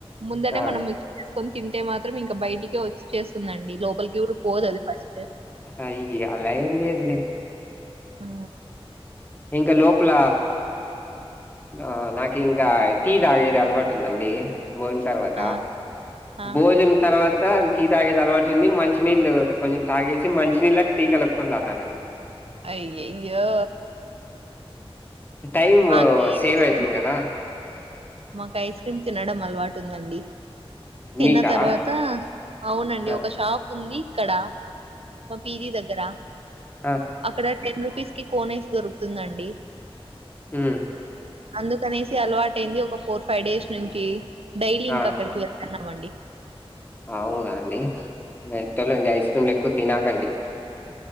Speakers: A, on the right; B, on the left.
A: ముందనే
B: ఆ
A: మనం కొని తింటే మాత్రం ఇంకా బయటికే వచ్చేస్తుందండి లోపలికి కూడా పోదు అది ఫస్ట్
B: అయ్యా అలా ఏం లేదులేండి
A: మ్
B: ఇంకా లోపల ఆ నాకు ఇంకా టీ తాగేది అలవాటు ఉందండి భోజన తర్వాత
A: ఆ ఆ
B: భోజన్ తర్వాత టీ తాగేది అలవాటు ఉంది మంచినీళ్ళు తాత కొంచెం తాగేసి మంచినీళ్ళకి టీ కలుపుకుని తాతను
A: అయ్యయ్యో
B: టైమ్
A: మాకి
B: సేవ్
A: ఐస్
B: అయితుంది
A: క్రీమ్
B: కదా
A: మాకు ఐస్ క్రీమ్ తినడం అలవాటు ఉందండి తిన్న
B: మీకా
A: తర్వాత అవునండి
B: ఆ
A: ఒక షాప్ ఉంది ఇక్కడ మా పీజీ దగ్గర
B: ఆ
A: అక్కడ టెన్ రూపీస్ కి కోనైస్ దొరుకుతుందండి
B: మ్
A: అందుకనేసి అలవాట అయింది ఒక ఫోర్ ఫైవ్ డేస్ నుంచి డైలీ ఇంక
B: ఆ
A: అక్కడికి వెళ్ తున్నామండి
B: అవునా అండి ఎట్టలండి ఐస్ క్రీమ్లు ఎక్కువ తినకండి